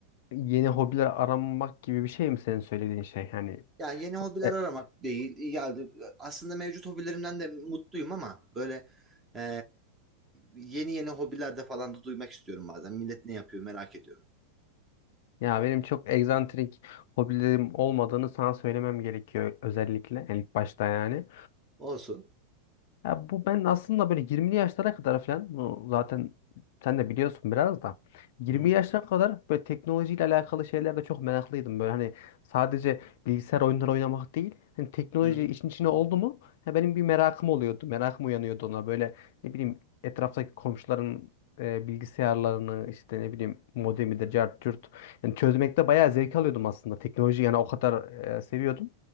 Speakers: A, on the left; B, on the right.
A: yeni hobiler aramak gibi bir şey mi senin söylediğin şey? Yani
B: Yani yeni hobiler
A: e,
B: aramak değil. Yani aslında mevcut hobilerimden de mutluyum ama böyle e, yeni yeni hobilerde falan da duymak istiyorum bazen. Millet ne yapıyor merak ediyorum.
A: ya benim çok egzantrik hobilerim olmadığını sana söylemem gerekiyor özellikle yani ilk başta yani.
B: Olsun.
A: Ya bu ben aslında böyle 20'li yaşlara kadar falan bu zaten sen de biliyorsun biraz da 20
B: Hı hı.
A: yaşlara kadar böyle teknolojiyle alakalı şeylerde çok meraklıydım. Böyle hani sadece bilgisayar oyunları oynamak değil hani teknoloji
B: Hı hı.
A: işin içine oldu mu ya benim bir merakım oluyordu. Merakım uyanıyordu ona böyle ne bileyim etraftaki komşuların e, bilgisayarlarını işte ne bileyim modemidir,
B: Hı hı.
A: cart curt. Yani çözmekte bayağı zevk alıyordum aslında. Teknoloji yani o kadar e, seviyordum.